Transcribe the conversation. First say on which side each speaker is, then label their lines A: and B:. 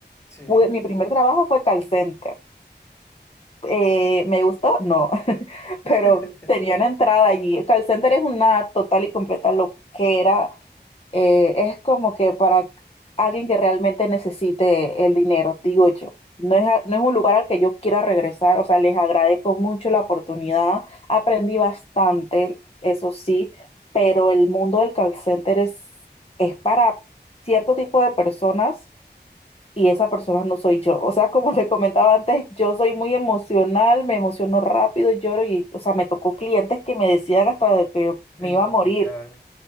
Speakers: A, on the left; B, on the left.
A: sí.
B: pude- mi primer trabajo fue calcente eh, ¿me gustó? No, <laughs> pero
A: <laughs>
B: tenía una entrada allí. Call center es una total y completa loquera. Eh, es como que para alguien que realmente necesite el dinero, digo yo. No es, a- no es un lugar al que yo quiera regresar, o sea, les agradezco mucho la oportunidad. Aprendí bastante, eso sí, pero el mundo del call center es, es para cierto tipo de personas y esa persona no soy yo. O sea, como te comentaba antes, yo soy muy emocional, me emociono rápido, lloro y, o sea, me tocó clientes que me decían hasta de que
A: Muy
B: me iba
A: complicado.
B: a morir.